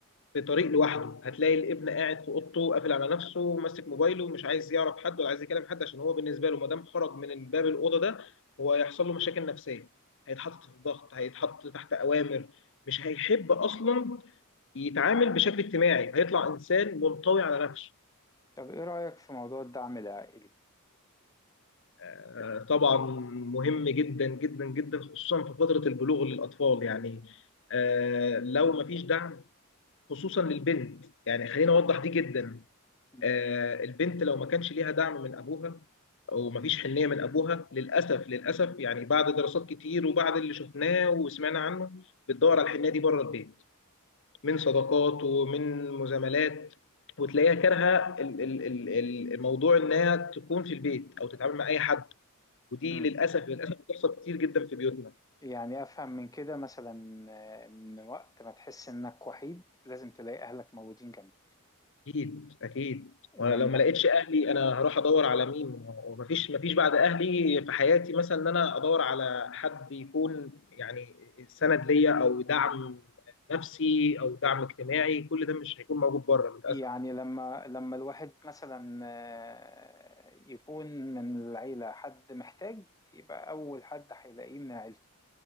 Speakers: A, on the left; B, on the left.
A: في طريق لوحده هتلاقي الابن قاعد في أوضته قافل على نفسه ماسك موبايله مش عايز يعرف حد ولا عايز يكلم حد عشان هو بالنسبة له ما دام خرج من باب الأوضة ده هو هيحصل له مشاكل نفسية هيتحط في ضغط هيتحط تحت أوامر مش هيحب أصلا يتعامل بشكل اجتماعي هيطلع انسان منطوي على نفسه
B: طب إيه رأيك في موضوع الدعم العائلي؟
A: آه، طبعا مهم جدا جدا جدا خصوصا في فتره البلوغ للاطفال يعني آه، لو ما فيش دعم خصوصا للبنت يعني خلينا اوضح دي جدا
B: مم.
A: آه، البنت لو ما كانش ليها دعم من ابوها ومفيش حنيه من ابوها للاسف للاسف يعني بعد دراسات كتير وبعد اللي شفناه وسمعنا عنه بتدور على الحنيه دي بره البيت من صداقات ومن مزاملات وتلاقيها كارهه ال- ال- ال- ال- الموضوع انها تكون في البيت او تتعامل مع اي حد ودي
B: مم.
A: للاسف للاسف بتحصل كتير جدا في بيوتنا
B: يعني أفهم من كده مثلا آه، إن وقت ما تحس إنك وحيد لازم تلاقي أهلك موجودين جنبك
A: اكيد اكيد
B: لما
A: وانا لو ما لقيتش اهلي انا هروح ادور على مين ومفيش مفيش بعد اهلي في حياتي مثلا ان انا ادور على حد يكون يعني سند ليا او دعم نفسي او دعم اجتماعي كل ده مش هيكون موجود بره للاسف
B: يعني لما لما الواحد مثلا آه، يكون من العيلة حد محتاج يبقى أول حد هيلاقيه من عيلته